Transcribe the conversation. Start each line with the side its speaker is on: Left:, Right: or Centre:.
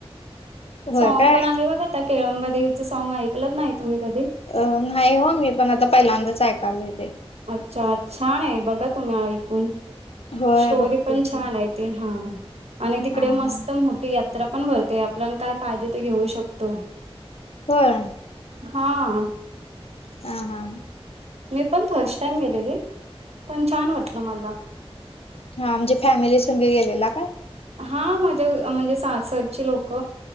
Left: होय
Right: सॉ्ग
Left: काय
Right: पण आहे बघा त्या केळंबादेवीचं सॉग ऐकलत नाही तुम्ही कधी.
Left: अ नाही हो मी पण आता पहिल्यांदाच ऐकाल ते.
Right: अच्छा छान आहे बघा तुम्ही ऐकून.
Left: होय
Right: स्टोरी
Left: बघते
Right: पण
Left: की
Right: छान आहे ती हा आणि तिकडे
Left: हा
Right: मस्त
Left: हा
Right: मोठी या त्र पण भरतेय आपल्याला काय पाहिजे ते घेऊ शकतो.
Left: होय.
Right: हा आ.
Left: हा हा.
Right: मी पण फर्स्ट टाइम गेलेली पण छान वाटल मला.
Left: हा म्हणजे फॅमिली संघ गेलेला काय.
Right: हा माझ्या म्हणजे सासरची लोक.